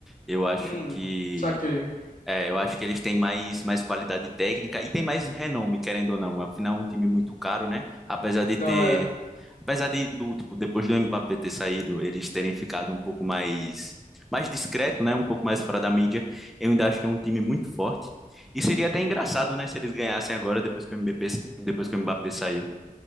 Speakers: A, in the centre; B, on the left.
A: Eu acho
B: Hum,
A: que
B: saquei.
A: é, eu acho que eles têm mais, mais qualidade técnica e tem mais renome, querendo ou não. Afinal, é um time muito caro, né? Apesar de
B: Não,
A: ter
B: é.
A: Apesar de, do, tipo, depois do Mbappé ter saído, eles terem ficado um pouco mais, mais discreto, né? Um pouco mais fora da mídia, eu ainda acho que é um time muito forte. E seria até engraçado, né? Se eles ganhassem agora, depois que o Mbappé, depois que o Mbappé saiu.